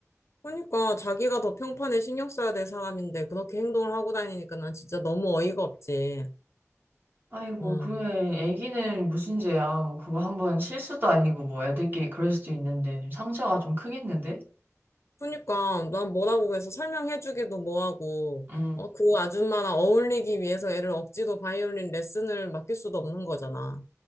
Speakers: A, on the left; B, on the right.
A: 그러니까 자기가 더 평판에 신경 써야 될 사람인데 그렇게 행동을 하고 다니니까 난 진짜 너무 어이가 없지.
B: 아이고
A: 어.
B: 그래 애기는 무슨 죄야 뭐 그거 한번 실수도 아니고 뭐 애들끼리 그럴 수도 있는데 좀 상처가 좀 크겠는데?
A: 그러니까 난 뭐라고 해서 설명해주기도 뭐하고
B: 음.
A: 어, 그 아줌마랑 어울리기 위해서 애를 억지로 바이올린 레슨을 맡길 수도 없는 거잖아.